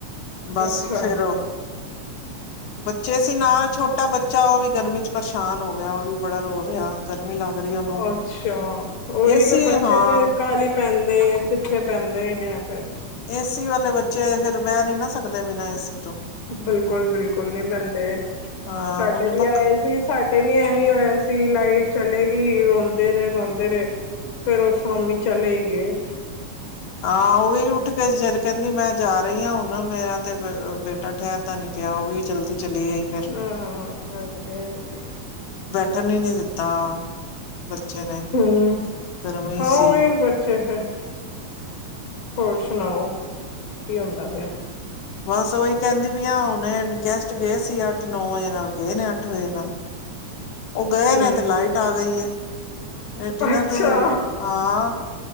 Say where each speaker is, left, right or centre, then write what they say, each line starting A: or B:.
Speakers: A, on the left; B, on the left.
A: ਬਸ
B: ਅੱਛਾ,
A: ਫੇਰ ਬੱਚੇ ਸੀ ਨਾਲ ਛੋਟਾ ਬੱਚਾ ਉਹ ਵੀ ਗਰਮੀ ਚ ਪਰੇਸ਼ਾਨ ਹੋ ਗਿਆ ਉਹ ਵੀ ਬੜਾ ਰੋ ਰਿਹਾ। ਗਰਮੀ ਲੱਗ ਰਹੀ ਉਹਨੂੰ
B: ਅੱਛਾ ਉਹੀ
A: ਏਸੀ
B: ਫੇ ਬੱਚੇ
A: ਹਾਂ
B: ਤੇ ਕਾਲਹੀ ਪੈਂਦ <inaudible> ਚਿੱਥੇ ਪੈਂਦੇ ਹੀ ਨੇ ਫੇਰ
A: ਏਸੀ ਵਾਲੇ ਬੱਚੇ ਫੇਰ ਬਹਿ ਨੀ ਨਾ ਸਕਦੇ ਬਿਨਾਂ ਏਸੀ ਤੋਂ
B: ਬਿਲਕੁਲ ਬਿਲਕੁਲ ਨਹੀਂ ਬਹਿੰਦੇ
A: ਹਾਂ
B: ਸਾਡੇ
A: ਉਝ
B: ਵੀ
A: ਪੱਖ
B: ਆਏ ਸੀ ਸਾਡ ਏ ਵੀ ਐਵੇਂ ਹੋਇਆ ਸੀ ਲਾਈਟ ਚਲੇ ਗਈ ਰੋਂਦੇ ਰਹੇ ਰੋਂਦੇ ਰਹੇ ਫੇਰ ਉਹ ਸ਼ਾਮੀ ਚਲੇ ਹੀ ਗਏ।
A: ਆਹ ਉਹੀ ਉਠ <unintelligible> ਕਹਿੰਦੀ ਮੈਂ ਜਾ ਰਹੀ ਹਾਂ ਹੁਣ ਮੇਰਾ ਤੇ ਬੇਟਾ ਠਹਿਰਦਾ ਨੀ ਪਿਆ ਉਹ ਵੀ ਜਲਦੀ। ਚਲੀ ਗਈ ਫਿਰ
B: ਹਸ ਹਾਂਜੀ ਹਾਂਜੀ
A: ਓਠਨ ਹੀ ਨੀ ਦਿ ਤਾਂ ਬੱਚੇ ਨੇ
B: ਹੂੰ
A: ਗਰਮੀ
B: ਹਾਂ
A: ਸੀ।
B: ਉਹੀ ਬੱਚੇ ਫੇਰ ਹੋਰ ਸੁਣਾਓ ਕੀ ਹੁੰਦਾ ਪਿਆ?
A: ਬਸ ਉਓਹੀ ਕਹਿੰਦੀ ਵੀ ਆ ਹੁਣ ਗੈਸਟ ਗਏ ਸੀ ਅੱਠ ਨੌ ਵਜੇ ਨਾਲ ਗਏ ਨੇ ਅੱਠ ਵਜੇ ਨਾਲ। ਉਹ ਗਏ
B: ਹੂੰ
A: ਨੇ ਤੇ ਲਾਈਟ ਆ ਗਈ ਏ। ਡੀਨਰ
B: ਅੱਛਾ,
A: ਡੂਨਰ ਹਾਂ